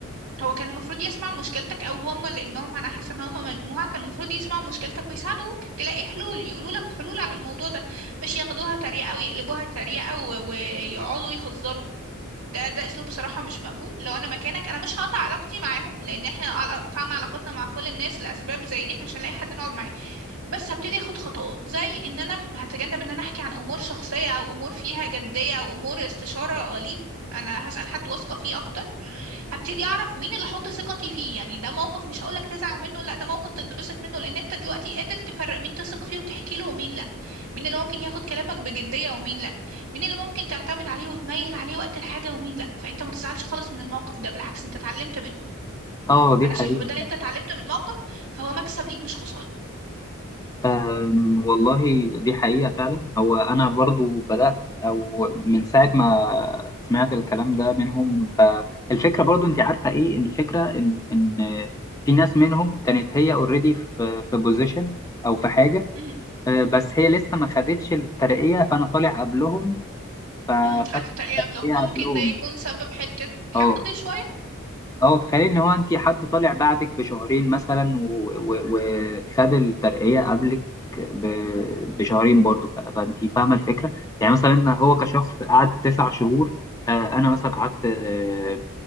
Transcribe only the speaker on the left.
اه دي
حقيقة
أم، والله دي حقيقة فعلا هو أنا برضو بدأت أو من ساعة ما سمعت الكلام ده منهم فالفكرة برضو أنت عارفة إيه الفكرة إن إن في ناس منهم كانت هي أوريدي في في بوزيشن أو في حاجة
أه، بس هي لسه ما خدتش الترقية فأنا طالع قبلهم فخدت
الترقية
قبلهم
أه
اه تخيل ان هو انت حد طالع بعدك بشهرين مثلا و- و- وخد الترقية قبلك ب- بشهرين برضه ف- فانت فاهمة الفكرة يعني مثلا
هو كشخص قعد تسع شهور آه، انا مثلا قعدت آه،